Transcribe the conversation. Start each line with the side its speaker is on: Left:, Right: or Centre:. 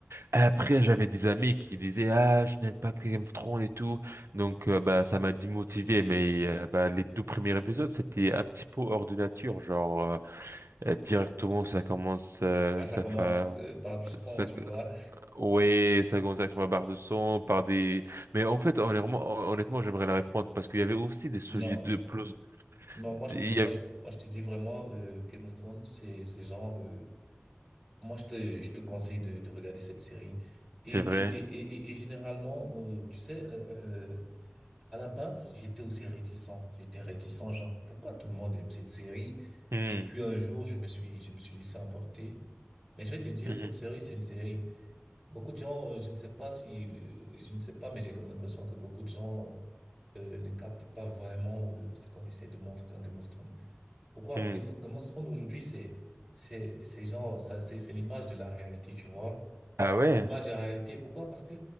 Right: Après, j'avais des amis qui disaient, ah, je n'aime pas Game of Thrones et tout. Donc, euh, bah, ça m'a démotivé. Mais euh, bah, les deux premiers épisodes, c'était un petit peu hors de nature. Genre, euh, euh, directement, ça commence, euh,
Centre: Ah, Ça
Right: ça,
Centre: commence
Right: fa-
Centre: euh, par du sang,
Right: ça,
Centre: tu vois.
Right: ouais, ça commence directement par de son, par des. Mais en fait, honnêtement, honnêtement, j'aimerais la reprendre parce qu'il y avait aussi des sujets
Centre: <laughs> Non,
Right: de plus.
Centre: Non, moi je
Right: il
Centre: te, moi,
Right: y avait-
Centre: je, moi, je te dis vraiment, euh, Game of Thrones, c'est, c'est genre, euh, moi je te, je te conseille de, de regarder cette série. Et,
Right: C'est
Centre: et,
Right: vrai.
Centre: et, et, et- et généralement, euh, tu sais, euh, euh, à la base, j'étais aussi réticent. J'étais réticent, genre, pourquoi tout le monde aime cette série?
Right: Hmm,
Centre: Et puis un jour, je me suis, je me suis laissé emporter. Mais je vais te dire,
Right: mhm,
Centre: cette série, c'est une série. Beaucoup de gens, euh, je ne sais pas si, euh, je ne sais pas, mais j'ai comme l'impression que beaucoup de gens, euh, ne captent pas vraiment, euh, ce qu'on essaie de montrer dans Game of Thrones. Pourquoi?
Right: hmm.
Centre: Game Game of Thrones aujourd'hui, c'est, c'est, c'est genre, ça, c'est, c'est l'image de la réalité, tu vois.
Right: Ah ouais?
Centre: L'image de la réalité, pourquoi? Parce que